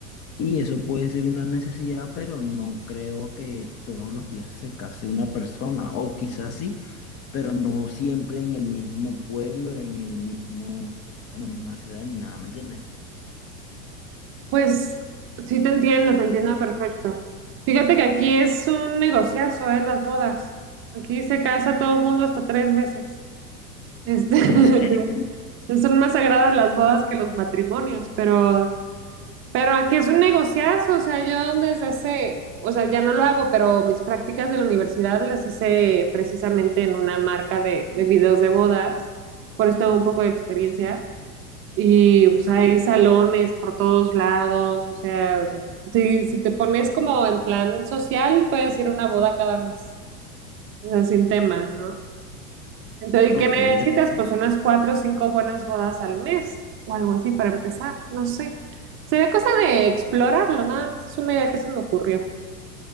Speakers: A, on the left; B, on the right.
A: Y eso puede ser una necesidad, pero no creo que todos los días se case una persona, o quizás sí, pero no siempre en el mismo pueblo, en el mismo, en la misma ciudad ni nada, ¿me entiendes?
B: Pues sí te entiendo, te entiendo perfecto. Fíjate que aquí es un negociazo, ¿eh? Las bodas. Aquí se casa todo el mundo hasta tres veces. Este,
A: En serio,
B: <laughs> son más sagradas las bodas que los matrimonios, pero... Pero aquí es un negociazo, o sea, yo desde hace, o sea, ya no lo hago, pero mis prácticas de la universidad las hice precisamente en una marca de, de videos de bodas, por eso tengo un poco de experiencia. Y pues hay salones por todos lados, o sea, si, si te pones como en plan social, puedes ir a una boda cada mes, o sea, sin tema, ¿no? Entonces,
A: ok,
B: ¿qué necesitas?
A: ok.
B: Pues unas cuatro o cinco buenas bodas al mes o algo así para empezar, no sé. Sería cosa de explorarlo, nada más es una idea que se me ocurrió.